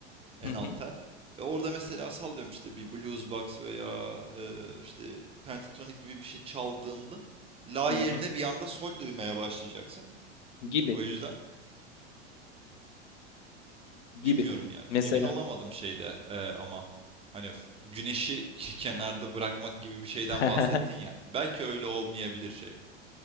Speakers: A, on the right (about 15°); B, on the left (about 75°).
A: En
B: Hı hı,
A: alt
B: hı
A: tel. Ve orada mesela sallıyorum işte bir blues box veya e, işte pentatonik gibi bir şey çaldığında la
B: hı,
A: yerine bir anda sol duymaya başlayacaksın.
B: gibi
A: O yüzden
B: gibi
A: bilmiyorum yani.
B: mesela
A: Emin olamadım şeyde e, ama hani f- güneşi <laughs> kenarda bırakmak gibi bir şeyden
B: <laughs>
A: bahsettin ya. Belki öyle olmayabilir şey.